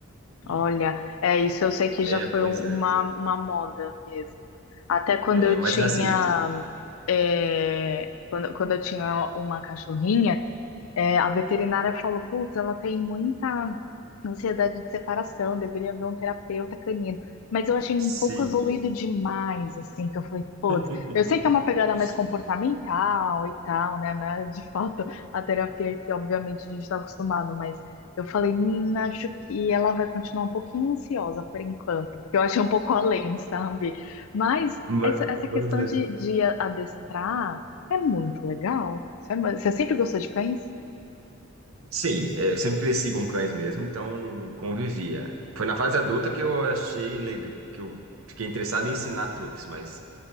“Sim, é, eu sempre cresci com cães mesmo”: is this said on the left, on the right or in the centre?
Right